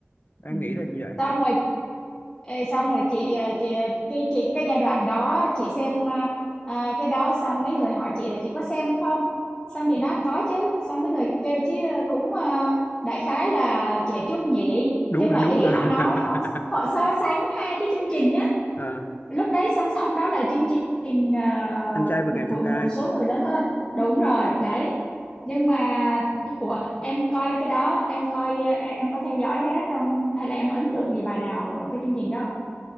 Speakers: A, on the left (about 45°); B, on the left (about 20°).
A: em
B: Ừ.
A: nghĩ là như vậy
B: xong rồi ê, xong rồi chị à, chị cái chị cái giai đoạn đó chị xem à, à, cái đó xong mấy người hỏi chị là chị có xem không xong chị nói có chứ xong mấy người kêu chứ ờ, cũng à, đại khái là trẻ trung nhỉ
A: đú
B: nhưng
A: hả
B: mà
A: đú
B: ý
A: hả
B: họ nói họ
A: <laughs>
B: họ so sánh hai cái chương trình nhá
A: Ờ,
B: lúc đấy song song đó là chương trình ờ,
A: anh trai vượt ngàn
B: của
A: chông gai
B: một số người lớn hơn đúng rồi đấy nhưng mà ủa em coi cái đó em coi em em có theo dõi hết không hay là em ấn tượng gì bài nào ở cái chương trình đó không